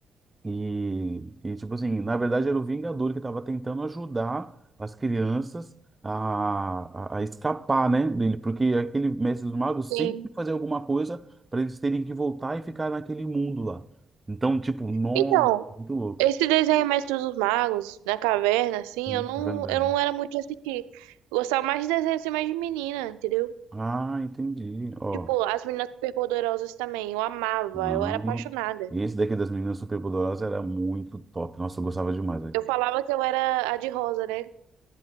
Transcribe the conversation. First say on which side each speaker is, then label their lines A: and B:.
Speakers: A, on the right; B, on the right.
A: E, e, tipo assim, na verdade era o Vingador que estava tentando ajudar as crianças a, a, a escapar, né, dele, porque aquele mestre dos magos
B: Sim.
A: sempre fazia alguma coisa para eles terem que voltar e ficar naquele mundo lá. Então, tipo, nossa,
B: Então,
A: muito louco.
B: esse desenho Mestre dos Magos, na caverna, assim,
A: Hum,
B: eu não,
A: Brandão.
B: eu não era muito de assistir. Eu gostava mais de desenho assim, mais de menina, entendeu?
A: Ah, entendi. Ó,
B: Tipo, as meninas superpoderosas também, eu amava,
A: não.
B: eu era apaixonada.
A: Esse daqui das meninas superpoderosas era muito top. Nossa, eu gostava demais, velho.
B: Eu falava que eu era a de rosa, né?